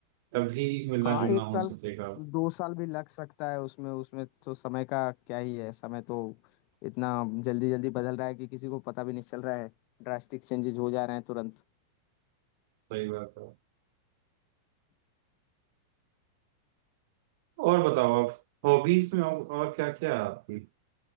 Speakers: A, on the right; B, on the left.
A: तभी मिलना
B: हाँ
A: जुलना
B: एक
A: हो
B: साल
A: सकेगा
B: दो साल भी लग सकता है उसमें उसमें तो समय का क्या ही है समय तो इतना जल्दी जल्दी बदल रहा है कि किसी को पता भी नहीं चल रहा है ड्रास्टिक चेंजेस हो जा रहे हैं तुरंत
A: सही बात है और बताओ आप हॉबीज में और, और क्या क्या है आपकी